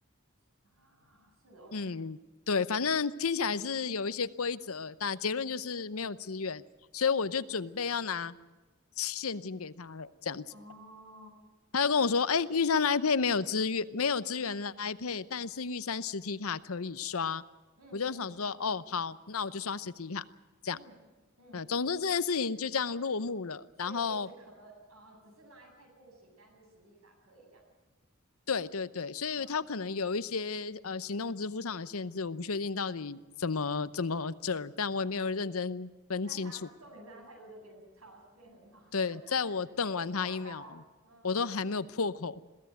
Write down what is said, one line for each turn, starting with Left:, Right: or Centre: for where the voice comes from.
Right: 啥啊是哦，
Left: 嗯，对，反正听起来是有一些规则，但结论就是没有资源，所以我就准备要拿现金给他了，这样子。
Right: 哦，
Left: 他就跟我说：“哎、玉山来配没有资源，没有资源来配，但是玉山实体卡可以刷。”我就想说：
Right: 嗯嗯嗯嗯
Left: “哦，好，那我就刷实体卡。”这样，
Right: 嗯嗯嗯。
Left: 嗯，总之这件事情就这样落幕了。
Right: 所以其实可呃，
Left: 然后，
Right: 只是拉一配不行，但是实体卡可以这样子。
Left: 对对对，所以他可能有一些呃行动支付上的限制，
Right: 嗯，
Left: 我不确定到底怎么怎么这儿，但我也没有认真分清楚。
Right: 但他重点是他态度就变得超变很好，<laughs>
Left: 对，在我瞪完他一秒，
Right: 被你吓到。嗯嗯
Left: 我都还没有破口